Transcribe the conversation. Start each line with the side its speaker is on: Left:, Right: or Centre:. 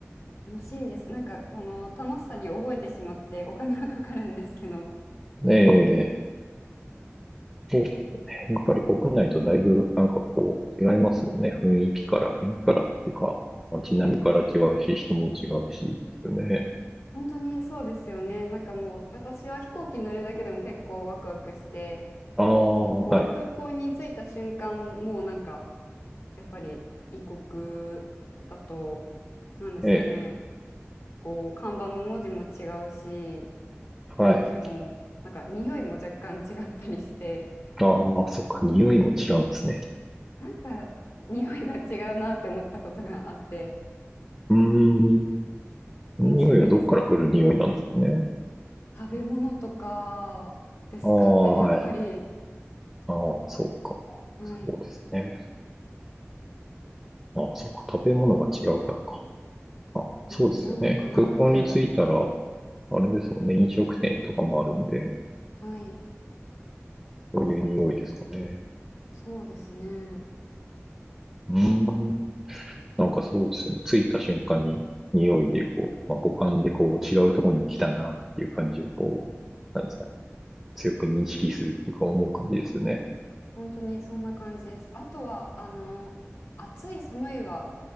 Left: 楽しいです。なんかこの楽しさに覚えてしまってお金はかかるんですけど、
Centre: ええ、そうですね。やっぱり国内とだいぶなんかこう違いますもんね。雰囲気から、雰囲気からっていうか、街並みから違うし、人も違うし、ですよね。
Left: 本当にそうですよね。なんかもう私は飛行機乗るだけでも結構ワクワクして、
Centre: ああ、
Left: こう空港に着いた瞬間、
Centre: はい。
Left: もうなんかやっぱり異国だと、なんですかね、
Centre: ええ、
Left: こう看板の文字も違うし、雰囲気も、
Centre: はい。
Left: なんか匂いも若干違ったりして、
Centre: ああ、そっか、匂いも違うんですね。
Left: なんか匂いが違うなって思ったことがあって、
Centre: うーん。匂いはどっから来る匂いなんですかね。
Left: 面白いですよね。食べ物とかですかね、
Centre: ああ、
Left: <laughs> やっぱり。
Centre: はい。ああ、そうか。
Left: はい。
Centre: そうですね。ああ、そうか。食べ物が違うからか。ああ、そうですよね。
Left: うん、なのかなって。
Centre: 空港に着いたら、あれですもんね。飲食店とかもあるんで、
Left: はい。
Centre: そういう匂いですかね。
Left: そうですね。
Centre: うーん。なんかそうですよね。着いた瞬間に匂いでこう、まあ、五感でこう違うところに来たなっていう感じをこう、なんですかね。強く認識するっていうか思う感じですよね。
Left: 本当にそんな感じです。あとは、あの、暑い、寒いは、